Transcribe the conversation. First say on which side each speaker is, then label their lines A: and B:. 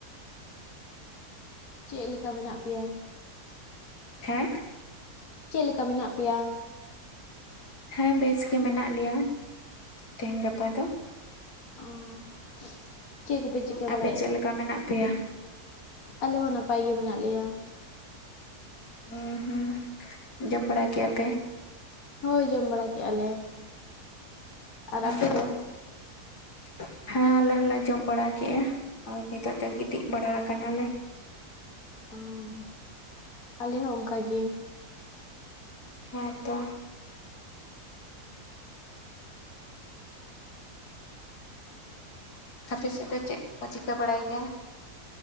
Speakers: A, on the left; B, on the left.
A: ᱪᱮᱫ ᱞᱮᱠᱟ ᱢᱮᱱᱟᱜ ᱯᱮᱭᱟ?
B: ᱦᱮᱸ
A: ᱪᱮᱫ ᱞᱮᱠᱟ ᱢᱮᱱᱟᱜ ᱯᱮᱭᱟ?
B: ᱦᱮᱸ ᱵᱮᱥ ᱜᱮ ᱢᱮᱱᱟᱜ ᱞᱮᱭᱟ ᱛᱮᱦᱮᱧ ᱜᱟᱯᱟ ᱫᱚ
A: ᱚᱸ ᱪᱮᱫ ᱠᱚᱯᱮ ᱪᱤᱠᱟᱹ
B: ᱟᱯᱮ
A: ᱵᱟᱲᱟᱭᱮᱜᱼᱟ?
B: ᱪᱮᱫ ᱞᱮᱠᱟ ᱢᱮᱱᱟᱜ ᱯᱮᱭᱟ
A: ᱟᱞᱮ ᱦᱚᱸ ᱱᱟᱯᱟᱭ ᱜᱮ ᱢᱮᱱᱟᱜ ᱞᱮᱭᱟ
B: ᱦᱩᱸ ᱦᱩᱸ ᱡᱚᱢ ᱵᱟᱲᱟ ᱠᱮᱫᱼᱟ ᱯᱮ
A: ᱦᱳᱭ ᱡᱚᱢ ᱵᱟᱲᱟ ᱠᱮᱫᱼᱟ ᱞᱮ
B: <unintelligible>
A: ᱟᱨ ᱟᱯᱮ ᱫᱚ?
B: ᱦᱮᱸ ᱟᱞᱮ ᱦᱚᱸᱞᱮ ᱡᱚᱢ ᱵᱟᱲᱟᱠᱮᱜᱼᱟ ᱟᱨ ᱱᱤᱛᱳᱜ ᱫᱚ ᱜᱤᱛᱤᱡ ᱵᱟᱲᱟ ᱟᱠᱟᱱᱟᱞᱮ
A: ᱚᱣᱧ ᱟᱞᱮ ᱦᱚᱸ ᱚᱱᱠᱟ ᱜᱮ
B: ᱦᱮᱸᱛᱚ ᱟᱯᱮ ᱥᱮᱫ ᱫᱚ ᱪᱮᱫ ᱠᱚ ᱪᱤᱠᱟᱹ ᱵᱟᱲᱟᱭ ᱜᱮᱭᱟ?